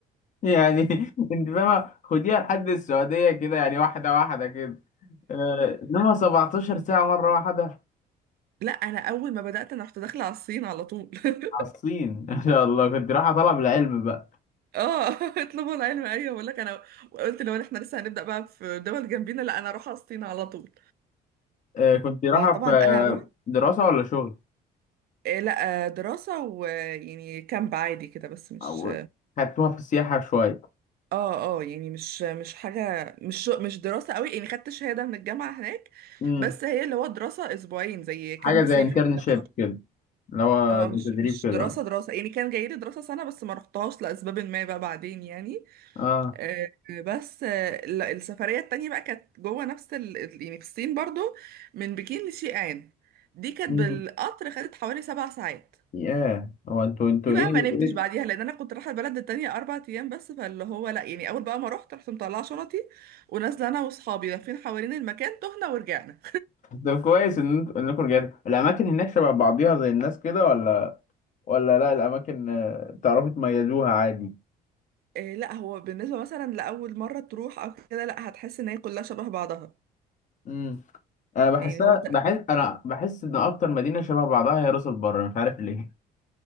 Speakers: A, on the left (about 45°); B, on the right (about 65°).
A: يعني <laughs> انت فاهمه خديها لحد السعوديه كده يعني واحده واحده كده آه، انما 17 ساعه مره واحده
B: <laughs> لا انا اول ما بدات انا رحت داخله على الصين على طول <laughs>
A: على الصين <laughs> ان شاء الله كنت رايحه طلب العلم بقى
B: اه <laughs> اطلبوا العلم ايوه بقول لك انا قلت لو احنا لسه هنبدا بقى في دول جنبينا لا انا اروح اسطينة على طول
A: آه، كنت رايحه
B: طبعا
A: في آه،
B: انا رحت
A: دراسه ولا شغل
B: آه، لا آه، دراسه ويعني كامب عادي كده بس مش
A: او خدتوها في السياحه شويه
B: اه اه يعني مش مش حاجه مش مش دراسه قوي يعني خدت شهاده من الجامعه هناك
A: امم
B: بس هي اللي هو دراسه اسبوعين زي
A: حاجه
B: كامب صيفي
A: زي انترنشيب
B: كده في شهر
A: كده اللي هو
B: اه مش
A: زي تدريب
B: مش
A: كده
B: دراسه دراسه يعني كان جاي لي دراسه سنه بس ما رحتهاش لاسباب ما بقى بعدين يعني
A: اه
B: آه، بس آه، لا، السفرية التانية بقى كانت جوه نفس ال... ال- يعني في الصين برضو من بكين لشيئان دي كانت
A: امم
B: بالقطر خدت حوالي سبع ساعات
A: ياه هو انتوا انتوا
B: دي
A: ايه
B: بقى ما نمتش
A: ايه
B: بعديها لان انا كنت رايحه البلد التانية اربع ايام بس فاللي هو لا يعني اول بقى ما رحت رحت مطلعه شنطي ونازله انا واصحابي لافين حوالين المكان تهنا ورجعنا
A: طب كويس ان انتوا انكم رجعتوا الاماكن هناك شبه بعضيها زي الناس كده ولا ولا لا الاماكن آه، تعرفي تميزوها عادي
B: إيه لا هو بالنسبه مثلا لاول مره تروح او كده لا هتحس ان هي كلها شبه بعضها
A: امم انا بحسها
B: يعني هو ت-
A: بحس انا بحس ان اكتر مدينه شبه بعضها هي راس البر مش عارف ليه